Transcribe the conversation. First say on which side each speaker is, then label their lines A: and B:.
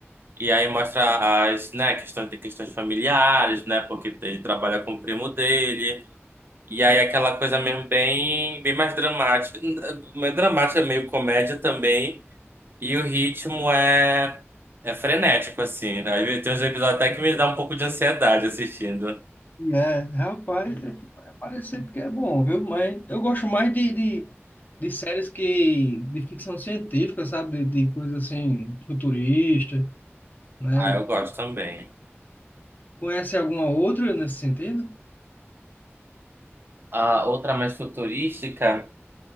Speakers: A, on the right; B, on the left.
A: E aí mostra as, né, questões de questões familiares, né, porque ele trabalha com o primo dele. E aí aquela coisa mesmo bem, bem mais dramática, mais dramática, meio comédia também. E o ritmo é é frenético assim, né? Aí Tem uns episódios até que me dá um pouco de ansiedade assistindo.
B: É, rapaz, é parecer porque é bom, viu? Mas eu gosto mais de, de, de séries que de ficção científica, sabe? De, de coisa assim, futurista, né?
A: Ah, eu gosto também.
B: Conhece alguma outra nesse sentido?
A: A outra mais futurística,